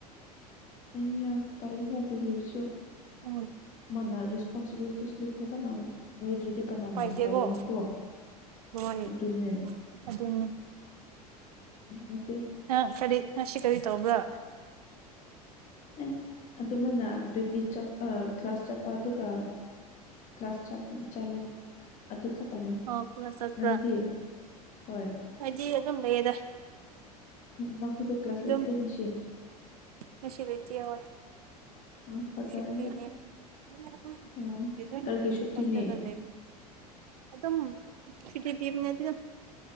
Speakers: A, on the left; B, on the right.
A: ꯑꯩꯌ ꯇꯜꯂꯤꯍꯦ ꯑꯗꯨꯗꯤ ꯑꯩꯁꯨ
B: ꯑꯣꯢ
A: ꯃꯥꯅ ꯔꯦꯁꯄꯣꯟꯁꯤꯕꯤꯂꯤꯇꯤꯁꯂꯤ ꯐꯖꯅ ꯂꯣꯏꯗ꯭꯭ꯔꯗꯤ ꯀꯅꯥꯅ
B: ꯄꯥꯏꯗꯦꯀꯣ
A: ꯄꯥꯏꯒꯅꯤꯀꯣ
B: ꯍꯣꯏ
A: ꯑꯗꯨꯅꯦ
B: ꯑꯗꯨꯅꯤ
A: ꯅꯠꯇꯦ
B: ꯑꯪ ꯀꯔꯤ ꯉꯁꯤ ꯀꯔꯤ ꯇꯧꯕ꯭ꯔꯥ
A: ꯑꯦ ꯑꯗꯨꯃꯥꯏꯅ ꯗꯨꯗꯤ ꯆꯞꯄ ꯀ꯭ꯂꯥꯁ ꯆꯞꯄ ꯑꯗꯨꯒ ꯀ꯭ꯂꯥꯁ ꯆꯥꯄ ꯆꯠꯂꯦ ꯑꯗꯨ ꯈꯛꯇꯪꯅꯤ
B: ꯑꯣ ꯀ꯭ꯂꯥꯁ ꯆꯠꯄ꯭ꯔꯥ
A: ꯅꯟꯗꯤ ꯍꯣꯏ
B: ꯑꯩꯗꯤ ꯑꯗꯨꯝ ꯂꯩꯌꯦꯗ
A: ꯅꯈꯣꯏꯗꯨ ꯀ꯭ꯂꯥꯁ
B: ꯑꯗꯨꯝ
A: ꯂꯩꯇꯦ ꯉꯁꯤ
B: ꯉꯁꯤ ꯂꯩꯇꯦꯑꯣꯢ
A: ꯎꯝ ꯐꯖꯔꯦꯍꯦ
B: ꯁꯨꯇꯤꯅꯤ <unintelligible>
A: ꯑꯣ ꯀꯔꯤꯒꯤ ꯁꯨꯇꯤꯅꯦ
B: ꯍꯣꯁꯇꯦꯜꯗ ꯂꯩꯕꯅꯤ ꯑꯗꯨꯝ ꯁꯤꯒꯤꯗꯤꯝꯅꯗꯤꯅꯣ